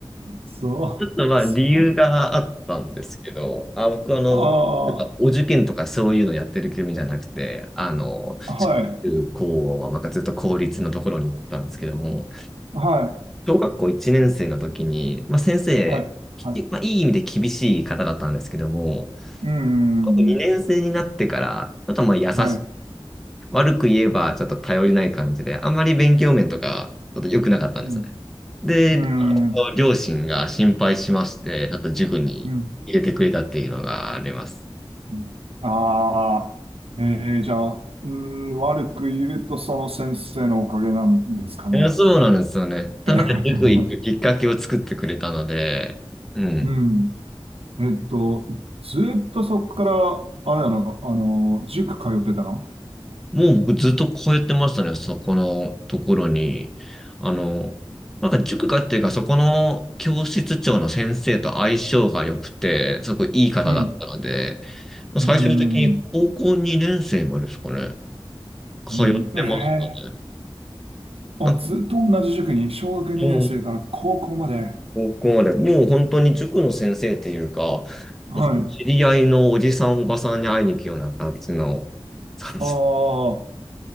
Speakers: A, on the right; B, in the centre.
A: そう。
B: ちょっとまあ理由があったんですけど、
A: そう。
B: あ、僕あの、
A: あ
B: なんかお受験とかそういうのやってる組じゃなくて、あの、小
A: あー、はい、
B: 中高はまあずっと公立のところに行ったんですけども、
A: は
B: 小学校1年生の時に、まあ、先生、
A: い、はい、
B: きまあ、
A: はい。
B: いい意味で厳しい方だったんですけども、
A: うん、
B: 2年生になってから、ちょっとまあ優し
A: はい、
B: 悪く言えばちょっと頼りない感じで、あんまり勉強面とか、ちょっと良くなかったんですね。
A: うん、
B: で、
A: うん、
B: あの両親が心配しまして、
A: う
B: ちょっと塾に入れてくれたっていうのがあります。
A: ん、うん。ああー、えー、じゃあ、うん、悪く言うとその先生のおかげなんですかね。
B: いや、そうなんですよね。ただ、
A: <laughs>
B: 塾行くきっかけを作ってくれたので、うん。
A: うん。えっと、ずっとそこから、あれだな、あの、塾通ってたの
B: もう僕ずっと通ってましたね、そこのところに。あの、なんか塾がっていうか、そこの教室長の先生と相性が良くて、すごくいい方だったので、
A: うん。うん、
B: 最終的に高校2年生までですかね、
A: うん、
B: 通ってましたね。
A: うん。ええあ、
B: なんか
A: ずっと同じ塾に、小学2年生から高校まで。
B: もう高校まで、もう本当に塾の先生っていうか、
A: はい。
B: なんか知り合いのおじさんおばさんに会いに行くような形の、そうです
A: あ